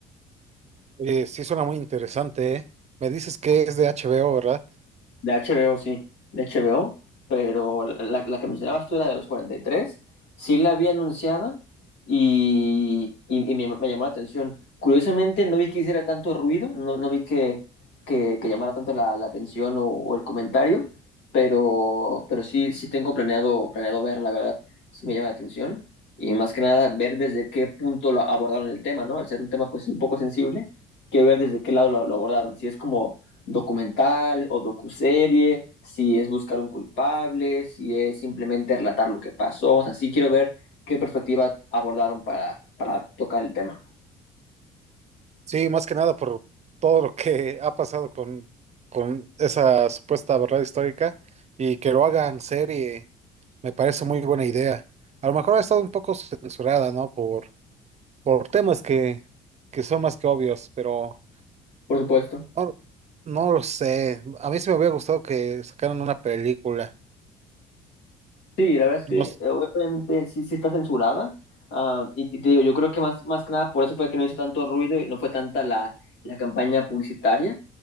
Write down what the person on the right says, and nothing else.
Oye, sí suena muy interesante, ¿eh? Me dices que es de HBO, ¿verdad?
Sí, más que nada por todo lo que ha pasado con, con esa supuesta verdad histórica y que lo hagan serie, me parece muy buena idea. A lo mejor ha estado un poco censurada, ¿no? Por, por temas que, que son más que obvios, pero
no, no lo sé. A mí sí me hubiera gustado que sacaran una película.
No